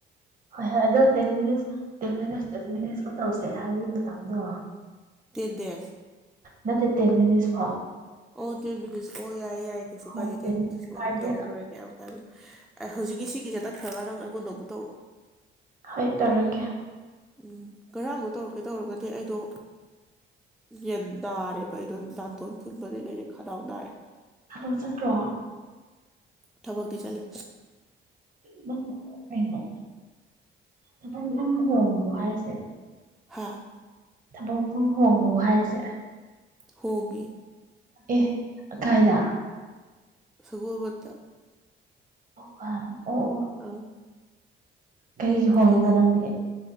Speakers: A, on the right; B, in the centre.
A: ꯍꯣꯏ ꯍꯣꯏ ꯑꯗꯨꯣ ten minutes ten minutes ten minutes ꯐꯥꯎ ꯇꯧꯁ ꯍꯥꯏꯗꯤ ꯃꯇꯝꯗꯣ
B: ꯇꯦꯟ ꯗꯦꯖ
A: ꯅꯠꯇ ꯇꯦꯟ ꯃꯤꯅꯤꯠꯁ ꯐꯥꯎ
B: ꯑꯣ ꯇꯦꯟ ꯃꯤꯅꯤꯠꯁ ꯑꯣ ꯌꯥꯏꯌꯦ ꯌꯥꯏꯌꯦ ꯀꯩꯁꯨ
A: ꯍꯣꯏ
B: ꯀꯥꯏꯗꯦ ꯇꯦꯟ ꯃꯤꯅꯤꯠ
A: ꯃꯤꯅꯤꯠꯁ
B: ꯑꯣ
A: ꯐꯥꯔꯗꯤ
B: ꯑꯗꯨꯝ ꯇꯧꯔꯔꯦ ꯀꯌꯥꯝ ꯀꯥꯏꯕꯅꯣ ꯍꯧꯖꯤꯛꯀꯤ ꯁꯤꯒꯤꯁꯤ ꯇꯠꯈ꯭ꯔꯒ ꯅꯪ ꯑꯩꯉꯣꯟꯗ ꯑꯃꯨꯛ ꯇꯧꯔꯛꯑꯣ
A: ꯍ ꯇꯔꯒꯦ
B: ꯎꯝ ꯉꯔꯥꯡꯗꯣ ꯇꯧꯔꯛ ꯀꯩꯗꯧꯔꯒꯗꯤ ꯑꯩꯗꯣ ꯌꯦꯟ ꯅꯥꯔꯦꯕ ꯑꯩꯗꯣ ꯅꯥꯇꯣꯟ ꯐꯨꯟꯕꯗꯩ ꯀꯩꯗꯩ ꯈꯗꯥꯎ ꯅꯥꯔꯦ
A: ꯍꯜꯂꯣ ꯆꯠꯇ꯭ꯔꯣ
B: ꯊꯕꯛꯗꯤ ꯆꯠꯂꯤ
A: ꯅꯪ ꯀꯩꯅꯣ ꯊꯕꯛ ꯃꯐꯝ ꯍꯣꯡꯂꯕꯣ ꯍꯥꯏꯁꯦ
B: ꯍꯥꯥ
A: ꯊꯕꯛ ꯃꯐꯝ ꯍꯣꯡꯕ ꯍꯥꯏꯁꯦ
B: ꯍꯣꯡꯉꯦ
A: ꯑꯦ ꯀꯥꯏꯗ
B: ꯁꯒꯣꯜꯕꯟꯗ
A: ꯐꯥꯟ ꯑꯣ ꯑꯣ
B: ꯑꯥ
A: ꯀꯩꯒꯤ ꯍꯣꯡꯉꯤꯕ
B: ꯀꯃꯥꯏ
A: ꯅꯪꯗꯤ